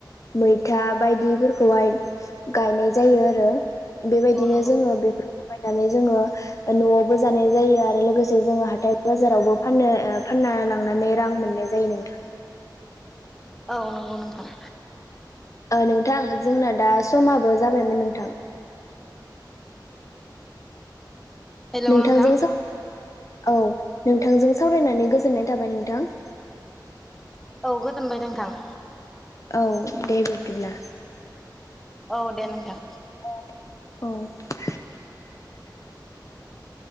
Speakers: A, on the left; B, in the centre.
A: मैथा बायदिफोरखौहाय गायनाय जायो आरो बेबायदिनो
B: औ नंगौ
A: जोङो बेफोरखौ बायनानै जोङो न'आवबो जानाय जायो आरो लोगोसे जोङो हाथथाय बाजारावबो फाननो फाननो लांनानै रां मोननाय जायो। जायो नोंथां।
B: औ नंगौ नोंथां।
A: नोंथां जोंना दा समाबो जाबायमोन नोंथां।
B: हेलौ
A: नोंथांजों
B: नोंथां
A: औ नोंथांजों सावरायनानै गोजोननाय थाबाय नोंथां।
B: औ गोजोनबाय नोंथां।
A: औ दे बिब्दिब्ला।
B: औ दे नोंथां।
A: औ
B: उम